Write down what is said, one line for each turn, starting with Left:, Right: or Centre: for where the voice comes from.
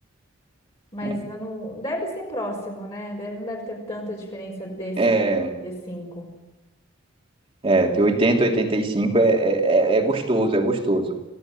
Left: Mas
Right: É,
Left: eu não deve ser próximo, né? Deve- não deve ter tanta diferença desse
Right: é,
Left: pro trinta e cinco.
Right: é, de 80 a 85 é, é, é é gostoso, é gostoso.